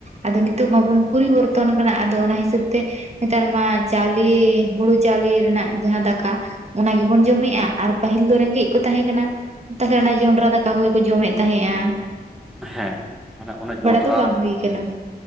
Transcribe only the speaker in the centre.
ᱦᱮ ᱢᱟᱱᱮ ᱚᱱᱟ ᱡᱚᱱᱰ